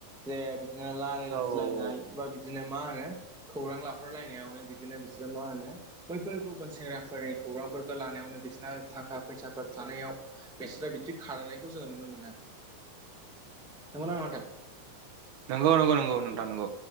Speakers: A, in the centre; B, on the right.
A: जे बिदिनो रायलायज्लायनाय
B: औ औ औ
A: बा बिदिनो मा होनो खौरां लाहरलायनायावनो बिदिनो बिसोरो मा होनो बैफोर गुबुन सेंग्रा फोरनि खौरांफोरखौ लानायावनो बिसोना थाखा फैसाफोर थानायाव बेस्रा बिदि खारनायखौ जोङो नुनो मोनो आरो। नंगौ नङा नोंथां
B: नंगौ नंगौ नोंथां नंगौ